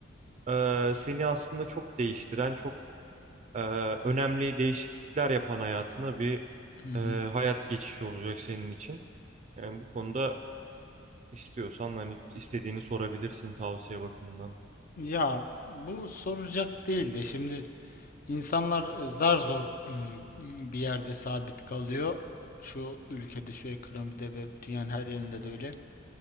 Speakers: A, on the right; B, on the left.
A: e, seni aslında çok değiştiren, çok e, önemli değişiklikler yapan hayatına bir
B: Hı hı.
A: e, hayat geçişi olacak senin için. Yani bu konuda istiyorsan hani istediğini sorabilirsin tavsiye bakımından.
B: Ya bu soracak değil de şimdi İnsanlar e, zar zor e, bir yerde sabit kalıyor. Şu ülkede, şu ekonomide ve dünyanın her yerinde de öyle.